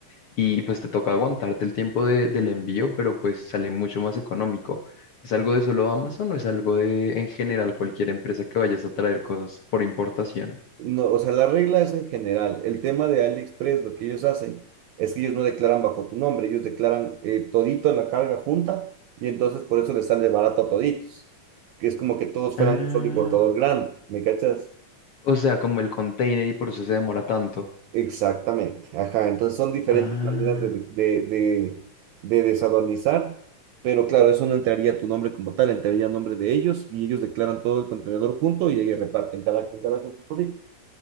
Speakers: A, on the left (about 70°); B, on the right (about 80°).
A: y pues te toca aguantarte el tiempo de- del envío, pero pues sale mucho más económico. ¿Es algo de solo Amazon o es algo de en general cualquier empresa que vayas a traer cosas por importación?
B: No, o sea, la regla es en general. El tema de AliExpress, lo que ellos hacen es que ellos no declaran bajo tu nombre, ellos declaran eh, todito la carga junta y entonces por eso les sale barato a toditos, que es como que todos fueran
A: Ah,
B: un solo importador grande, ¿me cachas?
A: o sea, como el container y por eso se demora tanto.
B: Exactamente, ajá. Entonces son diferentes
A: Ah.
B: maneras de, de, de, de desaduanizar, pero claro, eso no entraría a tu nombre como tal, entraría a nombre de ellos y ellos declaran todo el contenedor junto y ahí reparten cada quien, cada quien sus cositas.